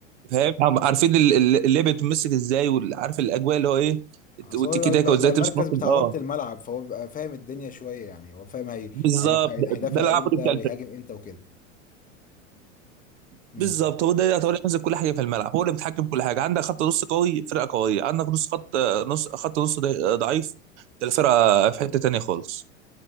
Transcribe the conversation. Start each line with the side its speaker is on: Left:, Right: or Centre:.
Right: فاهم عم- عارفين ال- ال- اللعبه بتمسك ازاي وعارف الاجواء اللي هو ايه
Left: اصل
Right: والتيكي
Left: هو يبقى
Right: تاكا
Left: بيبقى
Right: وازاي
Left: المركز
Right: تمسك نص
Left: بتاع
Right: اه
Left: ربط الملعب فهو بيبقى فاهم الدنيا شويه يعني هو فاهم هي
Right: بالظبط
Left: هي- هيدافع
Right: ده ده العمود
Left: امتى
Right: بتاع
Left: ويهاجم
Right: الفريق
Left: امتى وكده
Right: بالظبط
Left: امم
Right: هو ده ده هو اللي هتقول ينزل كل حاجه في الملعب هو اللي بيتحكم كل حاجه عندك خط نص قوي فرقه قويه عندك نص خط نص خط نص ضعيف ده الفرقه في حته تانيه خالص